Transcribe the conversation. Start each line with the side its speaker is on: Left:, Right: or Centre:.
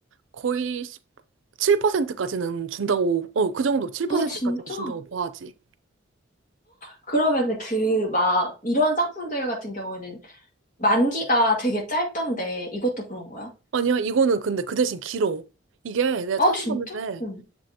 Right: 거의 7%까지는 준다고, 어, 그 정도, 7%까지는
Left: 아, 진짜?
Right: 준다고 봐야지.
Left: 그러면은 그, 막, 이런 상품들 같은 경우에는 만기가 되게 짧던데, 이것도 그런 거야?
Right: 아니야, 이거는 근데 그 대신 길어. 이게 내가
Left: 아,
Right: 찾아봤는데,
Left: 진짜? 응.